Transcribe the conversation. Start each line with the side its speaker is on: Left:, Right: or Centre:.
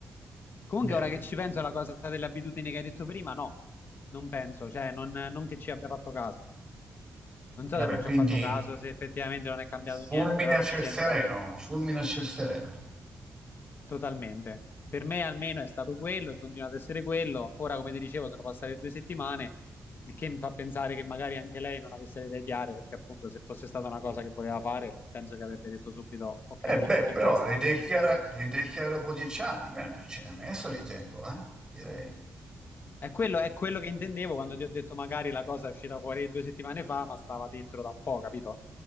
Left: Comunque,
Right: bene.
Left: ora che ci penso alla cosa delle abitudini che hai detto prima, no, non penso, cioè non, non che ci abbia fatto caso. Non so
Right: Vabbè,
Left: se non
Right: quindi
Left: ci ho fatto caso, se effettivamente non è cambiato niente,
Right: fulmine
Left: però
Right: a
Left: non
Right: ciel
Left: mi sembra.
Right: sereno, fulmine a ciel sereno.
Left: Totalmente. Per me almeno è stato quello e continua ad essere quello. Ora, come ti dicevo, sono passate due settimane, il che mi fa pensare che magari anche lei non avesse le idee chiare, perché appunto se fosse stata una cosa che voleva fare, penso che avrebbe detto subito ok
Right: Eh beh,
Left: e
Right: però
Left: basta.
Right: le idee chiare, le idee chiare dopo dieci anni, bene, ce n'ha messo di tempo, eh? Direi.
Left: È quello, è quello che intendevo quando ti ho detto magari la cosa è uscita fuori due settimane fa, ma stava dentro da un po', capito?